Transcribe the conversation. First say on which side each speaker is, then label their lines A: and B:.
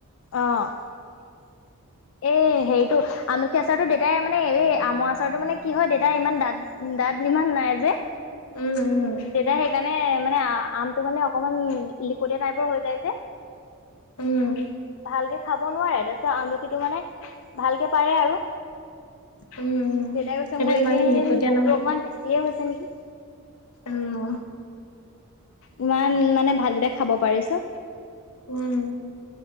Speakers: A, on the left; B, on the left.
A: অ এই হেৰিটো আমলখি আচাৰতটো দতাই মানে এই আমৰ আচাৰতটো মানে কি হয় দতাই ইমান দাঁত দাঁত ইমান নাই যে।
B: উম উম।
A: তেতিয়া সেইকাৰণে মানে আমটো মানে অকমান লিকটিয়া টাইপৰ হৈ যায় যে
B: উম
A: ভালকে খাব নোৱাৰে তাৰিছত আমলখিটো মানে ভালকে পাৰে আৰু। দেউতাই
B: উম উম
A: কৈছে
B: সেইটো
A: মোৰ
B: ইমান
A: এদিন
B: লিকটীয়া
A: ভোকতটো অকনমান বেছিয়ে হৈছে নেকি?
B: উম।
A: ইমান মানে ভাত কেইটা খাব পাৰিছো।
B: উম।